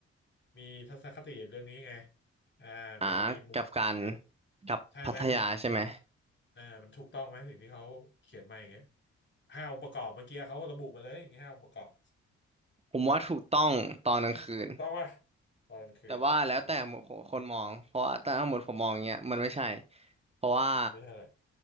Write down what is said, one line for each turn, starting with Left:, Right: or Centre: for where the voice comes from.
Left: มีทัศนคติเรื่องนี้ไงอ่ามีมุมมองไง
Right: อ่ากับการกับพัทยาใช่ไหม
Left: ใช่ไหมมันมันเออมันถูกต้องไหมสิ่งที่เขาเขียนมาอย่างเงี้ยห้าองค์ประกอบเมื่อกี้เขาระบุมาเลยมีห้าองค์ประกอบ
Right: ผมว่าถูกต้องตอนกลางคืน
Left: ถูกต้องป่ะตอนกลางคืนนะอืม
Right: แต่ว่าแล้วแต่คนมองเพราะว่าแต่ทั้งหมดผมมองอย่างเงี้ยมันไม่ใช่เพราะว่า
Left: มันไม่ใช่อะไร